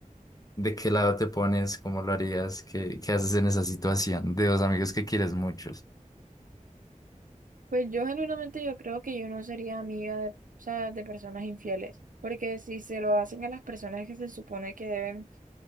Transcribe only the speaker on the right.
pues yo genuinamente yo creo que yo no sería amiga de, o sea, de personas infieles, porque si se lo hacen a las personas que se supone que deben,